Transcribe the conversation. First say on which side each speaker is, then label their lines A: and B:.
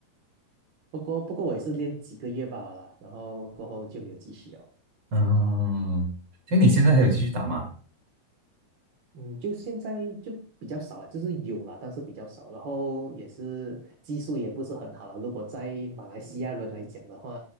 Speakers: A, on the right; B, on the right.
A: 不过不过我也是练几个月罢了啦，然后过后就没有继续哦。
B: 嗯，像你现在还有继续打吗？
A: 嗯，就现在就比较少啊，就是有啦，但是比较少。然后也是技术也不是很好啊，如果在马来西亚人来讲的话，